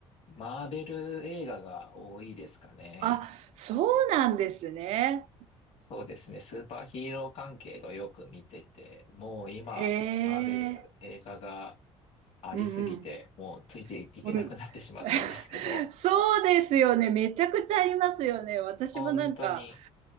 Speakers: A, on the left; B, on the right.
A: マーベル映画が多いですかね。
B: あそうなんですね
A: そうですね。スーパーヒーロー関係をよく見てて、もう今、
B: へ
A: マーベル映画が
B: え
A: ありすぎて、
B: うんうん
A: もうついていけなくなってしまったんですけど、
B: うん <laughs> そうですよねめちゃくちゃありますよね私もなんか
A: 本当に、